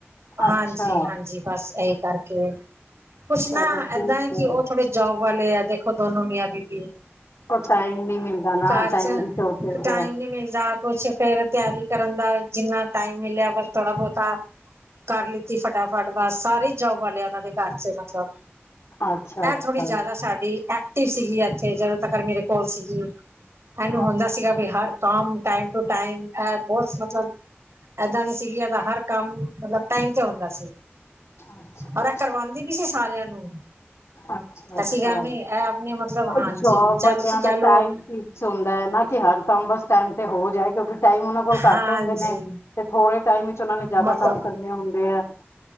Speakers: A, on the right; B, on the left.
A: ਹਾਂਜੀ-ਹਾਂਜੀ
B: ਅੱਛਾ
A: ਬਸ ਐਈ ਕਰਕੇ, ਕੁਸ਼ ਨਾ
B: ਚਲੋ ਠੀਕ
A: ਏਦਾਂ ਏ
B: ਹੈ
A: ਕੇ ਓ ਥੋੜੇ ਜੋਬ ਵਾਲੇ ਆ ਦੇਖੋ ਦੋਨੋ ਮੀਆ-ਬੀਬੀ
B: ਉਹ ਟਾਈਮ ਨਹੀਂ ਮਿਲਦਾ ਨਾ
A: ਘਰ
B: ਟਾਈਮ
A: ਚ
B: ਦੀ ਸ਼ੋਰਟੇਜ
A: ਟਾਈਮ
B: ਹੈ
A: ਨੀ ਮਿਲਦਾ ਕੁਛ ਫੇਰ ਤਿਆਰੀ ਕਰਨ ਦਾ ਜਿੰਨਾ ਟਾਈਮ ਮਿਲਿਆ ਬਸ ਥੋੜਾ ਬੋਤਾ ਕਰ ਲਿੱਤੀ ਫਟਾਫਟ ਬਸ ਸਾਰੇ ਈ ਜੋਬ ਵਾਲੇਆ ਨਾਲੇ ਦੇ ਘਰ ਚ ਈ ਮਤਲਬ
B: ਅੱਛਾ ਅੱਛਾ
A: ਥੋੜੀ ਜਾਦਾ ਸਾਡੀ ਐਕ ਟਿਵ ਸੀਗੀ ਇੱਥੇ ਜਦੋਂ ਤੱਕ ਮੇਰੇ ਕੋਲ ਸੀਗੀ ਇਹਨੂੰ ਹੁੰਦਾ
B: ਅੱਛਾ
A: ਸੀਗਾ ਬ ਹਰ ਕਾਮ ਟਾਈਮ ਟੂ ਟਾਈਮ ਇਹ ਬਹੁਤ ਮਤਲਬ ਏਦਾਂ ਨੀ ਸੀਗੀ ਏਦਾ ਹਰ ਕੰਮ ਮਤਲਬ ਟਾਈਮ ਤੇ ਹੁੰਦਾ ਸੀ
B: ਅੱਛਾ
A: ਔਰ ਇਹ ਕਰਵਾਂਦੀ ਵੀ ਸੀ ਸਾਰਿਆਂ ਨੂੰ
B: ਅੱਛਾ-ਅੱਛਾ
A: ਐਸੀ ਗੱਲ ਨੀ ਇਹ ਆਪਣੇ ਮਤਲਬ
B: ਓ
A: ਹਾਂਜੀ
B: ਜੋਬ
A: ਚਾਹੇ
B: ਵਾਲਿਆਂ
A: ਤੁਸੀਂ
B: ਦਾ
A: ਕਹਿ ਲਓ
B: ਟਾਈਮ ਸੀ ਸੁਣਦਾ ਹੈ ਨਾ ਕਿ ਹਰ ਕੰਮ ਬਸ ਟਾਈਮ ਤੇ ਹੋ ਜਾਏ ਕਿਉਂਕਿ ਟਾਈਮ ਓਨਾਂ ਕੋਲ
A: ਹਾਂਜੀ
B: ਘੱਟ ਹੁੰਦੇ ਨੇ ਤੇ ਥੋੜ੍ਹੇ ਟਾਈਮ ਵਿੱਚ ਉਹਨਾ ਨੇ ਜਿਆਦਾ
A: ਮਤਲਬ
B: ਕੰਮ ਕਰਨੇ ਹੁੰਦੇ ਆ